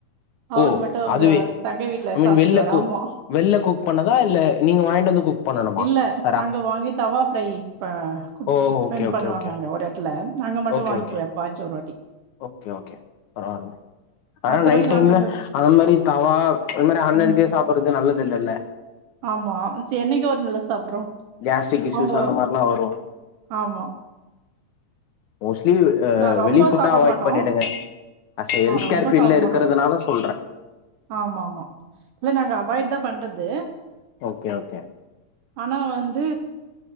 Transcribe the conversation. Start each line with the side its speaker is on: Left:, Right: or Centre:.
Right: அவரு
Left: ஓ
Right: மட்டு அவங்க
Left: அதுவே
Right: தங்கை வீட்ல
Left: ஐ மீன்
Right: சாப்ட்டுக்குவாரு
Left: வெளில கு
Right: ஆமா
Left: வெள்ல குக் பண்ணதா இல்ல நீங்க வாங்கிட்டு வந்து குக் பண்ணணுமா
Right: இல்ல
Left: ஹரா
Right: அங்க வாங்கி தவா ஃப்ரை ப குக்
Left: ஓ ஓகே
Right: பண்
Left: ஓகே
Right: பண்ணுவாங்க
Left: ஓகே
Right: அங்க ஒரு எடத்துல நாங்க மட்டு
Left: ஓகே
Right: வாங்கிக்குவோ
Left: ஓகே
Right: எப்போ ஆச்சு ஒருவாட்டி
Left: ஓகே ஓகே பரவாயில்ல ஆனா
Right: மத்தபடி
Left: நைட் டைம்ல
Right: நாங்க இங்க
Left: அந்த மாரி தவா அந்த மாரி ஹன்ஹெல்த்தியா
Right: ம்
Left: சாப்பிடுறது நல்லது இல்லல்ல
Right: ஆமா சே என்னைக்கோ ஒரு நாள் தா சாப்புடுறோ
Left: கேஸ்ட்ரிக் இஷ்யூஸ்
Right: அவுங்கோ
Left: அந்த மாரிலா வரு
Right: ஆமா
Left: மொஸி ட்லீவ் ஆ
Right: நா ரொம்ப
Left: வெளி ஃபுட்ட
Right: சாப்ட
Left: அவாய்ட்
Right: மாட்டோ
Left: பண்ணிடுங்க அஸ் ஆ ஹெல்த்
Right: ரொம்ப
Left: கேர்ல
Right: சாப்ட
Left: இருக்கிறதுனால
Right: மாட்டோ
Left: சொல்றே
Right: ஆமா ஆமா இல்ல நாங்க அவாய்ட் தா பண்றது
Left: ஓகே ஓகே
Right: ஆனா வந்து